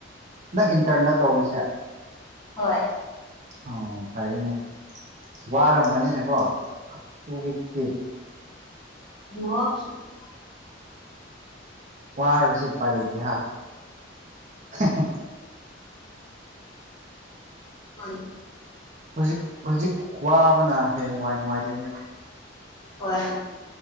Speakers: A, on the right; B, on the left.
A: ꯅꯪ ꯏꯟꯇ꯭ꯔꯟꯂ ꯇꯧꯔꯤꯁꯦ
B: ꯍꯣꯏ
A: ꯑꯣ ꯐꯔꯤꯅꯦ ꯋꯥꯔꯝꯒꯅꯤꯅꯦꯀꯣ ꯇꯨꯋꯤꯛꯇꯤ
B: <unintelligible>
A: ꯋꯥꯔꯁꯨ ꯎꯄꯥꯢ ꯂꯩꯇꯦ ꯍꯥ ꯍꯦꯍꯦ
B: ꯍꯣꯢ
A: ꯍꯨꯖꯤꯛ ꯍꯨꯖꯤꯛ ꯋꯥꯕꯅ ꯍꯌꯦꯡꯋꯥꯢ ꯅꯨꯡꯉꯥꯏꯗꯨꯏꯅꯦꯕ
B: ꯍꯣꯏ ꯍꯣꯏ